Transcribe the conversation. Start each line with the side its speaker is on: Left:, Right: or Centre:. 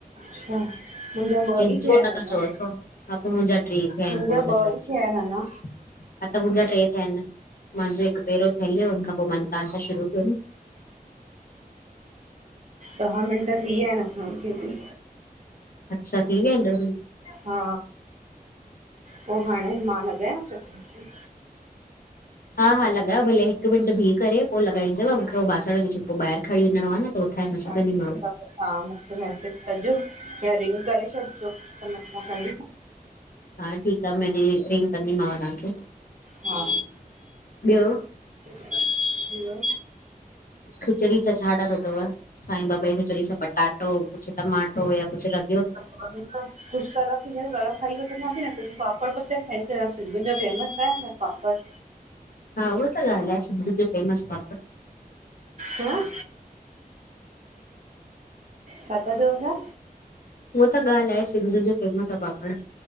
Right: अच्छा मुंहिंजा ॿ
Left: तुंहजो
Right: ई थिया
Left: न
Right: आहिनि
Left: त
Right: अञा
Left: चौथों, हा पोइ मुंजा ट्रे थ्या आहिन
Right: मुंहिंजा
Left: पो उन हिसाब
Right: ॿ ई थिया
Left: सां।
Right: आहिनि अञा
Left: हा त मुंजा ट्रे थिया आहिन। मांजो हिकु पहिरों थियल हो, हुन खां पो मां तहांसा शुरू कयो न। <inaudible>
Right: ॾह मिंट थी वया हिन असांखे भी।
Left: अच्छा थी वया इन ॾह मिनट।
Right: हा, पो हाणे मां लॻायंव छा तव्हा खे?
Left: हा हा, लॻायो भले। हिकु मिनंट भी करे पो लॻाई दव? मूंखे हो बासणन जो छिक्को ॿाहर खणी वञणो आ न। त उठाए न
Right: हा
Left: सघंदीमांव।
Right: ठीक आ। तव्हां मुखे मैसेज कजो या रिंग करे छॾिजो त मतां खणे।
Left: हा ठीक आ। मां रिंग कंदीमांव तव्हांखे।
Right: हा।
Left: ॿियो?
Right: ॿियो?
Left: खिचड़ी सां छा ठायो अथव? साईं बाबा खे खिचडी सां पटाटो कुछु टमाटो या कुझु रॻियो
Right: <inaudible> कुछ तर थी रह खाई वठंदासीं न त पापड़ पचा खाई करे सिंधियुनि जो फेमस आहे न पापड़।
Left: हा, उहो त ॻाल्हिाए सिंधियुनि जो फेमस पापड़।
Right: हं छा था चवो पया?
Left: उहा त ॻाल्ह आहे सिंधियुनि जो फेमस आहे पापड़।